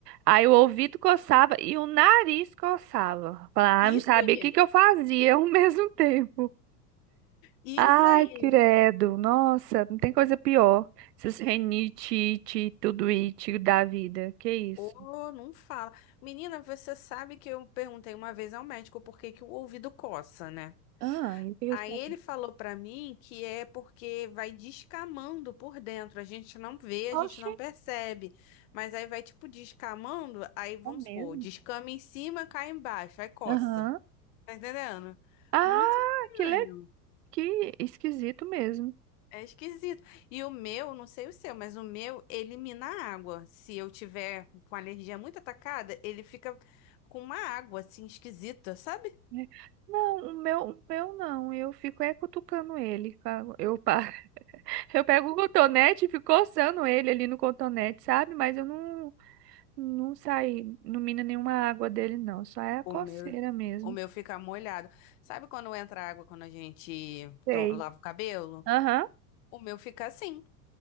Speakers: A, on the right; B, on the left.
A: aí o ouvido coçava e o nariz coçava. Falar,
B: Isso
A: ah, não sabia
B: aí,
A: o que que eu fazia ao <laughs> mesmo tempo.
B: isso
A: Ai,
B: aí.
A: credo, nossa, não tem coisa pior. Esses renite, ite, tudo it da vida, que isso?
B: Ô, não fala. Menina, você sabe que eu perguntei uma vez ao médico por que que o ouvido coça, né?
A: Ah, eu fiquei
B: Aí
A: assim,
B: ele falou pra mim que é porque vai descamando por dentro, a gente não vê, a gente
A: oxe,
B: não percebe, mas aí vai tipo descamando, aí vamos
A: é mesmo?
B: supor, descama em cima, cai embaixo, aí coça.
A: Aham.
B: Tá entendendo?
A: Ah,
B: Muito estranho.
A: que, le... que esquisito mesmo.
B: É esquisito. E o meu, não sei o seu, mas o meu elimina a água. Se eu tiver com a alergia muito atacada, ele fica com uma água assim esquisita, sabe?
A: né? Não, o meu, o meu não. Eu fico é cutucando ele. ca- Eu, pa- <laughs> eu pego o cotonete e fico coçando ele ali no cotonete, sabe? Mas eu não, não saí, não mina nenhuma água dele, não. Só é a coceira
B: O meu,
A: mesmo.
B: o meu fica molhado. Sabe quando entra água quando a gente
A: Sei.
B: to- lava o cabelo?
A: Aham.
B: O meu fica assim.